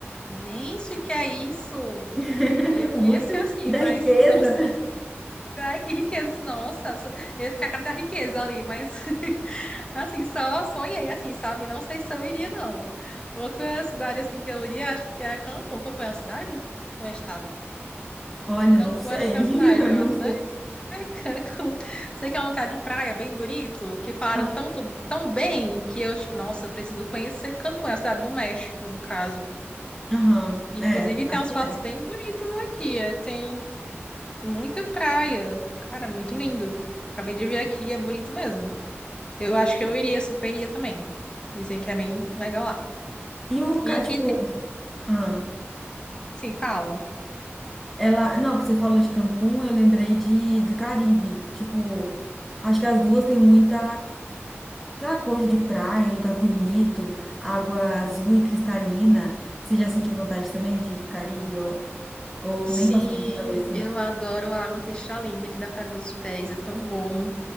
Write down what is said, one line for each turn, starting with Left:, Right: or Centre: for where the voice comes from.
Left: Gente, que é isso?
Centre: <laughs>
Left: Queria conhecer
Centre: Muito,
Left: assim,
Centre: muita
Left: mas
Centre: riqueza.
Left: não sei. Ai, que riqueza, nossa, só- eu ia ficar com a cara da riqueza ali, mas <laughs> assim, só sonhei, assim, sabe? Não sei se eu iria, não. Outra cidade, assim, que eu iria, acho que era Cancún, Cancún é uma cidade, né? Ou é estado?
Centre: Olha,
Left: Cancún,
Centre: não sei.
Left: acho que é
Centre: <laughs>
Left: uma cidade,
Centre: eu
Left: eu acho,
Centre: Não sei.
Left: né? <laughs> Cancún. Sei que é um lugar de praia bem bonito, que falaram
Centre: Aham.
Left: tanto, tão bem, que eu, tipo, nossa, eu preciso conhecer Cancún, é a cidade do México, no caso.
Centre: Aham.
Left: E,
Centre: É,
Left: inclusive, tem
Centre: acho
Left: umas
Centre: que
Left: fotos
Centre: é.
Left: bem bonitas aqui. é, Tem muita praia. Cara, muito lindo. Acabei de ver aqui, é bonito mesmo. Eu acho que eu iria, super iria também. Dizem que é bem legal lá.
Centre: E o,
Left: E
Centre: ca-
Left: que,
Centre: tipo, ah,
Left: sim, fala.
Centre: ela, não, que você falou de Cancún, eu lembrei de do Caribe. Tipo, acho que as duas têm muita aquela coisa de praia, lugar bonito, água azul e cristalina. Você já sentiu vontade também de ir pro Caribe ou, ou
Left: Sim,
Centre: nem passou pela sua cabeça?
Left: eu adoro a água cristalina que dá para ver os pés. É tão bom,